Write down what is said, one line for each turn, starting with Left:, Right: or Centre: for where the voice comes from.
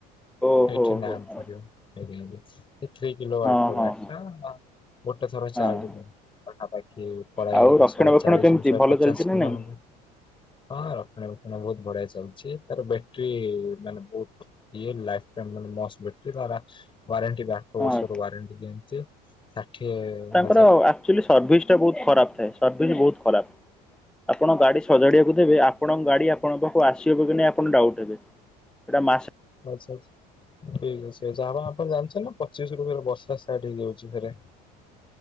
Centre: ଓହୋ
Left: ଏଇଠି ନା
Centre: ହୋ
Left: <unintelligible>
Centre: ହଁ
Left: ଥ୍ରୀ କିଲୋବାଟୋ
Centre: ହଁ ହଁ
Left: ଗାଡି
Centre: ହଁ
Left: ଟା ଗୋଟେ ଥର
Centre: ହଁ
Left: ଚାର୍ଜ ନୁ ପାଖାପାଖି ପଢାଏ
Centre: ଆଉ ରକ୍ଷଣା
Left: ଶହେ
Centre: ବେକ୍ଷଣ
Left: ଚାଳିଶରୁ
Centre: କେମିତି
Left: ଶହେ
Centre: ଭଲ
Left: ପଚାଶ
Centre: ଚାଲିଛି ନା ନାଇଁ?
Left: ରାଉଣ୍ଡ ରେ। ହଁ ରକ୍ଷଣା ବକ୍ଷଣା ବହୁତ ବଢିଆ ଚାଲିଛି। ତାର ବ୍ୟାଟେରୀ ମାନେ ବହୁତ ଇଏ ଲାଇଫ୍ ଟାଇମ ମାନେ ମସ୍ ବେଟ୍ରୀ ୱାରେଣ୍ଟିି ବା। ବର୍ଷର
Centre: ହଁ
Left: ୱାରେଣ୍ଟି ଦିଅନ୍ତି ଯେ ଷାଠିଏ ହଜ
Centre: ତ ଆକ୍ଚୁଆଲି ସରଭିସ୍‌ ବୋହୁତ ଖରାପ ଥାଏ ସର୍ଭିସ୍‌ ବହୁତ ଖରାପ ଆପଣ ଗାଡି ସଜାଡିବାକୁ ଦେବେ ଆ ଆପଣଙ୍କ ଗାଡି ଆପଣଙ୍କ ପାଖକୁ ଆସିିବ କି ନାଇଁ ଆପଣ ଡାଉଟ୍ ହେବେ! ସେଟା ମାସ
Left: ଆଛା। ଠିକ୍ ଅଛି ଯାହା ହବ ଆପଣ ଜାଣିଛ ନା ପଚିଶ ରୁ ବର୍ଷା ଷ୍ଟାର୍ଟ ହେଇଯାଉଛି ଫେରେ